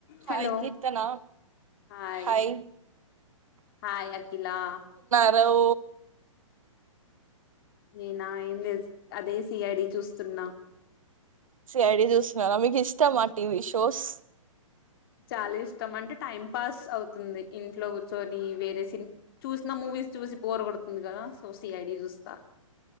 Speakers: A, on the right (about 75°); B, on the left (about 45°).
A: హాయ్
B: Hello
A: Keerthana
B: hi
A: hi
B: hi Akhila
A: hello
B: నేనా ఏం చే అదే సిఐడి చూస్తున్నా
A: సిఐడి చూస్తున్నారా మీకు ఇష్టమా టీవీ షోస్
B: చాలా ఇష్టం అంటే టైం పాస్ అవుతుంది ఇంట్లో కూర్చొని వేరే సిని చూసిన మూవీస్ చూసి బోర్ కొడుతుంది కదా సో సిఐడి చూస్తా